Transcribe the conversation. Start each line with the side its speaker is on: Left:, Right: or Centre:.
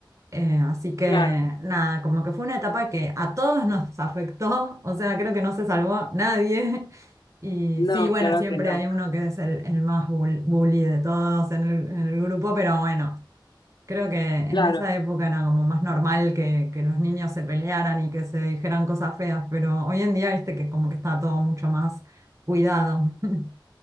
Right: Eh, así que
Left: claro,
Right: nada, como que fue una etapa que a todos nos afectó, o sea, creo que no se salvó nadie. <laughs> Y
Left: no,
Right: sí, bueno,
Left: claro
Right: siempre
Left: que no,
Right: hay uno que es el, el más bul- bully de todos en el, en el grupo, pero bueno, creo que en
Left: claro.
Right: esa época era como más normal que, que los niños se pelearan y que se dijeran cosas feas, pero hoy en día, viste que como que está todo mucho más cuidado. <laughs>